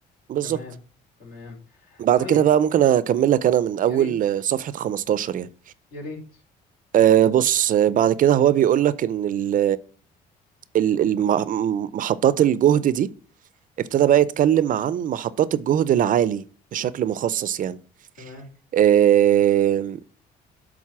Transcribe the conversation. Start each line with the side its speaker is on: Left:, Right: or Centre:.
Right: بالظبط
Left: تمام تمام
Right: بعد
Left: طيب
Right: كده بقى ممكن اكمل لك انا من اول
Left: يا ريت
Right: آه، صفحة 15 يعني
Left: يا ريت
Right: آه بص آه، بعد كده هو بيقول لك ان ال... ال... الم- محطات الجهد دي ابتدى بقى يتكلم عن محطات الجهد العالي بشكل مخصص يعني
Left: تمام
Right: آه